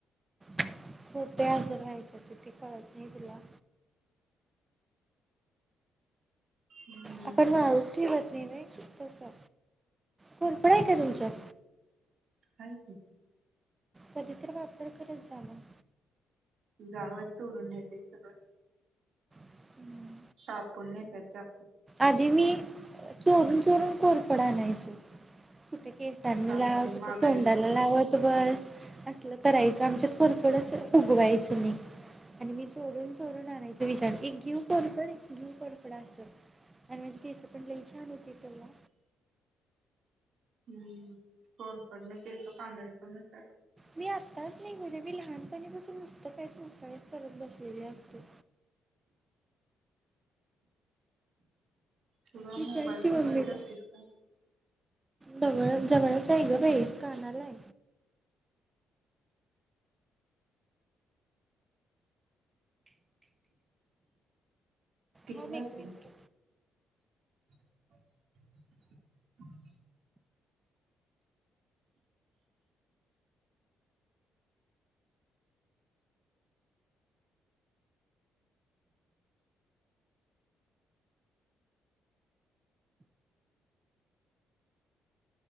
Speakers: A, on the right (about 25°); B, on the right (about 65°).
A: कुठे असं राहायचं तिथे कळत नाही तुला?
B: हम्म
A: आपण मारुटी वर नाही नाही तसं, कोरपड आहे का तुमच्यात?
B: हाय की.
A: कधी तर वापर करत जा मग.
B: गावच तोडून न्हेतय सगळं.
A: उम्म.
B: कापून नेत्यात चा
A: आधी मी चोरून चोरून कोरपड आणायची. कुठ केसांना
B: काय
A: लाव
B: बाई महागाईच
A: तोंडाला लावत बस असलं करायचं आमच्यात कोरफडच उगवायचं नाई आणि मी चोरून चोरून आणायच विचार इग घेवू कोरपड घेवू कोरपड. कड असं आणि माझी केसं पण लई छान होती तेंव्हा.
B: हम्म, कोरफडन केसं पांढरी पण होत्यात.
A: मी आत्ताच नाही बोले मी लहानपणी पासून नुस्तच् कायतर उपायच करत बसलेले असतोय.
B: तुझा
A: विचार
B: मोबाईलचा
A: की मम्मीला
B: उपयोग करतेस का?
A: जवळ जवळच आहे ग बाई कानालाय.
B: किती
A: थांब
B: वाजलं
A: एक मिनिट.
B: <inaudible>